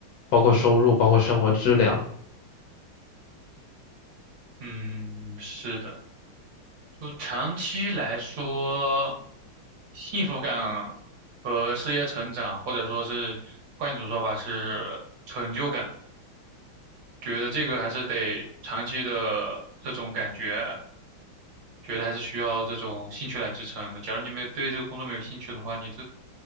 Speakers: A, on the left; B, on the right.
A: 包括收入，包括生活质量，
B: 嗯，是的，就长期来说，幸福感和事业成长，或者说是换一种说法是成就感，觉得这个还是得长期的这种感觉。觉得还是需要这种兴趣来支撑的。假如你没有对这个工作没有兴趣的话，你这